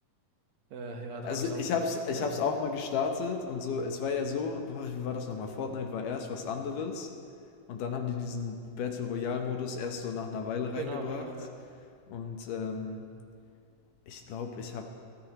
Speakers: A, on the right; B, on the left.
A: äh, ja,
B: Also
A: dann habe ich
B: ich
A: es aufgehört.
B: hab's, ich
A: <laughs>
B: hab's auch mal gestartet und so, es war ja so, boah, wie war das nochmal? Fortnite war erst was anderes und dann haben die diesen Battle Royale Modus erst so nach einer Weile reingebracht
A: Genau, genau, ja.
B: und ähm, ich glaube, ich habe